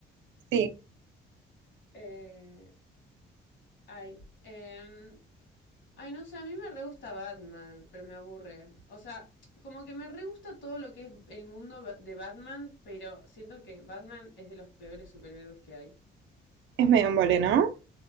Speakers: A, on the right; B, on the left.
A: Sí,
B: Eh, ay, em, ay, no sé, a mí me re gusta Batman, pero me aburre. O sea, como que me re gusta todo lo que es el mundo de Batman, pero siento que Batman es de los peores superhéroes que hay.
A: es medio embole, ¿no?